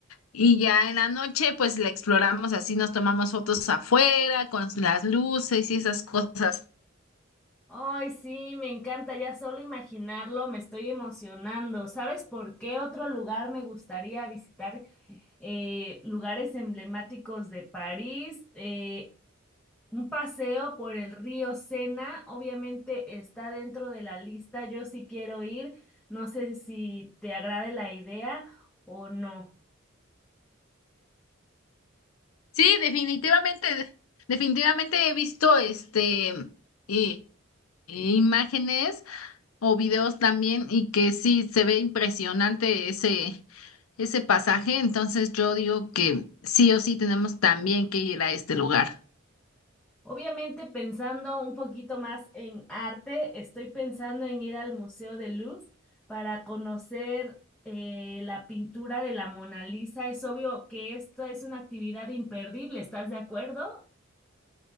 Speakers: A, on the left; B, in the centre.
A: Y ya en la noche, pues la exploramos así, nos tomamos fotos afuera con las luces y esas cosas.
B: Ay, sí, me encanta, ya solo imaginarlo me estoy emocionando. ¿Sabes por qué otro lugar me gustaría visitar? Eh, lugares emblemáticos de París. Eh, Un paseo por el río Sena, obviamente está dentro de la lista. Yo sí quiero ir. No sé si te agrade la idea o no.
A: Sí, definitivamente, definitivamente he visto este i- imágenes o videos también y que sí se ve impresionante ese ese pasaje, entonces yo digo que sí o sí tenemos también que ir a este lugar.
B: Obviamente pensando un poquito más en arte, estoy pensando en ir al Museo del Louvre para conocer eh, la pintura de la Mona Lisa. Es obvio que esta es una actividad imperdible. ¿Estás de acuerdo?